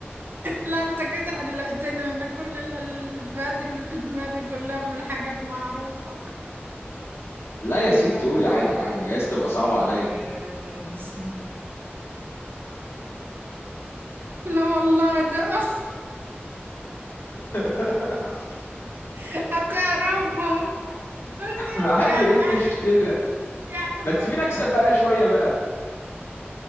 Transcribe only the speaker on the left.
لا يا
ست قولي عادي عادي جايز تبقى صعبة عليا
<laughs>
عادي
ايه المشكلة
ما تسيبيني اكسب بقى شوية بقى